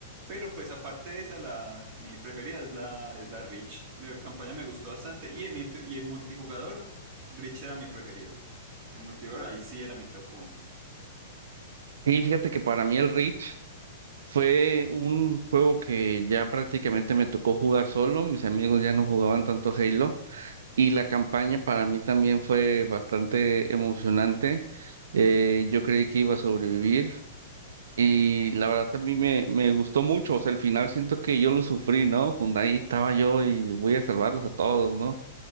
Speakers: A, on the right; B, on the right.
A: pero pues aparte de esa, la, mi preferida es la, es la Rich, mi campaña me gustó bastante, y en, mi- y en multijugador, Rich era mi preferido, en multijugador ahí sí era mi top uno
B: Sí, fíjate que para mí el Reach fue un juego que ya prácticamente me tocó jugar solo. Mis amigos ya no jugaban tanto Halo. Y la campaña para mí también fue bastante emocionante. Eh, yo creí que iba a sobrevivir y la verdad a mí me, me gustó mucho. O sea, al final siento que yo lo sufrí, ¿no? Jun- Ahí estaba yo y voy a salvarlos a todos, ¿no?